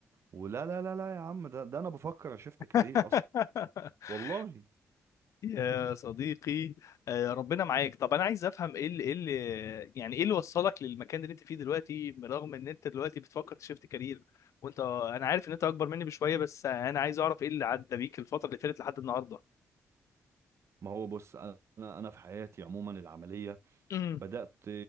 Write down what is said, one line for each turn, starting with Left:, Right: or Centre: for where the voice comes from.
Right: ولا لا لا لا يا عم ده ده انا بفكر اشفت
Left: <laughs>
Right: كارير اصلا والله
Left: يا صديقي آه، ربنا معاك طب انا عايز افهم ايه اللي ايه اللي يعني ايه اللي وصلك للمكان اللي انت فيه دلوقتي برغم ان انت دلوقتي بتفكر تشيفت كارير وانت انا عارف ان انت اكبر مني بشويه بس انا عايز اعرف ايه اللي عدى بيك الفتره اللي فاتت لحد النهارده
Right: ما هو بص انا انا في حياتي عموما العمليه
Left: مم.
Right: بدأت